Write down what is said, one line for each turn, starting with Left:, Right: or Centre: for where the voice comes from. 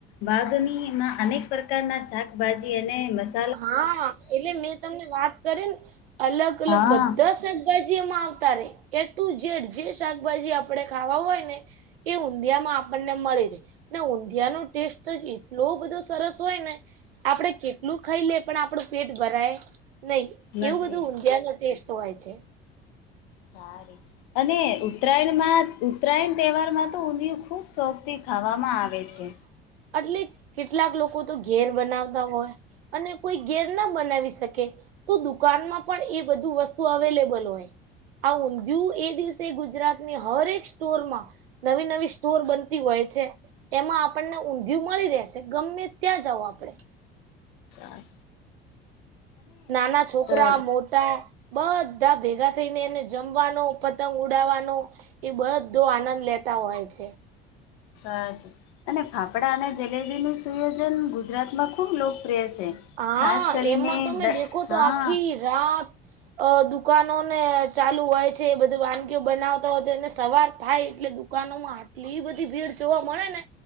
Left: વાઘનીમાં અનેક પ્રકારના શાકભાજી અને મસા
Right: હા, એટલે મેં તમને વાત કરી ને અલગ અલગ
Left: હા.
Right: બધા છે. જી એમાં આવતા રે એ ટુ જેડ જે શાકભાજી આપણે ખાવા હોય ને. એ ઊંધિયા માં આપણને મળી રે. ને ઊંધીયા નો ટેસ્ટ જ એટલો બધો સરસ હોય ને આપડે કે લુ ખઈ લે પણ આપણું પેટ ભરાય? નહી,
Left: નથી
Right: એવું બધું ઊંધિયા નો ટેસ્ટ હોય છે.
Left: સારી અને ઉત્તરાયણમાં ઉત્તરાયણ તહેવારમાં તો ઊંધિયું ખૂબ શોખ તિ ખાવામાં આવે છે.
Right: અટલે કેટલાક લોકો તો ઘેર બનાવતા હોય. અને કોઈ ઘેર ના બનાવી શકે તો દુકાનમાં પણ એ બધું વસ્તુ અવેલેબલ હોય. આ ઊંધીયુ એ દિવસે ગુજરાતની હર એક સ્ટોર માં નવી-નવી સ્ટોર બનતી હોય છે. એમાં આપણને ઊંધિયું મળી રેશે ગમે ત્યાં જાઓ આપડે.
Left: સા
Right: નાના છોકરા
Left: અ
Right: મો ટા બધા ભેગા થઈને હે ને જમવાનો, પતંગ ઉડાવવાનુ ઈ બધો આનંદ લેતા હોય છે.
Left: સર અને ફાફડા અને જલેબીનું સુયોજન ગુજરાતમાં ખૂબ લોકપ્રિય છે.
Right: હા
Left: ખાસ કરીને
Right: એમાં તમે
Left: દ
Right: દેખો
Left: હા
Right: તો આખી રાત. અ દુકાનો ને ચાલુ હોય છે, બધી વાનગી બનાવતા હોય તો એને સવાર થાય એટલે દુકાનોમાં આટલી બધી ભીડ જોવા મળે ને